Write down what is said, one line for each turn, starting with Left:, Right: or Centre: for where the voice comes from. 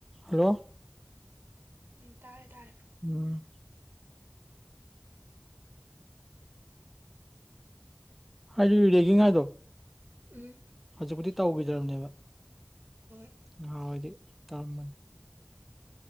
Centre: hello
Right: ꯎꯝ ꯇꯥꯔꯦ ꯇꯥꯔꯦ
Centre: ꯎꯝ ꯍꯥꯏꯗꯤ ꯔꯦꯒꯤꯡ ꯍꯥꯏꯗꯣ
Right: ꯎꯝ
Centre: ꯍꯧꯖꯤꯛꯄꯨꯗꯤ ꯇꯧꯒꯤꯗ꯭ꯔꯕꯅꯦꯕ
Right: ꯍꯣꯏ
Centre: ꯅꯍꯥꯋꯥꯏꯗꯤ ꯇꯧꯔꯝꯕꯅꯤ